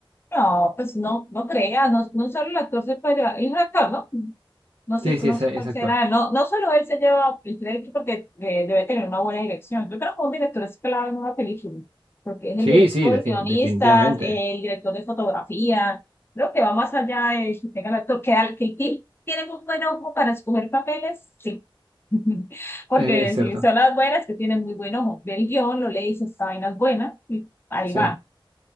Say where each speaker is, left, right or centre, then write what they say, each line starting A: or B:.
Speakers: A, on the left; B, on the right.
A: No, pues no, no creas, no, no solo el actor se puede, es un actor, ¿no? No sé,
B: Sí, sí,
A: no
B: es,
A: sé
B: es
A: cuál
B: actor.
A: será. No, no solo él se lleva el crédito porque eh, debe tener una buena dirección. Yo creo que un director es clave en una película, porque es
B: Sí,
A: el director,
B: sí, defini-
A: guionistas,
B: definitivamente.
A: el director de fotografía. Creo que va más allá de que tenga el actor, que, al- que ti- tiene muy buen ojo para escoger papeles, sí. <laughs> Porque
B: Es, es cierto,
A: si son las buenas, que tienen muy buen ojo. Ve el guión, lo lees, esta vaina es buena, y ahí
B: sí.
A: va.